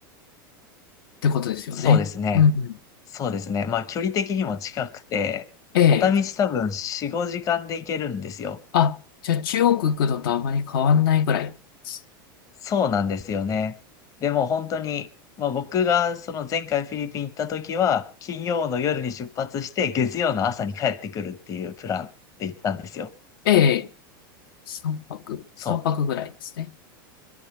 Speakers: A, on the left (about 75°); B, on the left (about 30°).
A: てことですよね。
B: そうですね。
A: うんうん。
B: そうですね。まあ、距離的にも近くて、
A: ええ
B: 片道多分4、5時間で行けるんですよ。
A: あ、じゃあ中国行くのとあまり変わんないぐらいですね。
B: そうなんですよね。でも本当に、まあ僕がその前回フィリピン行った時は、金曜の夜に出発して、月曜の朝に帰ってくるっていうプランで行ったんですよ。
A: え三泊、三泊ぐらいですね。
B: そ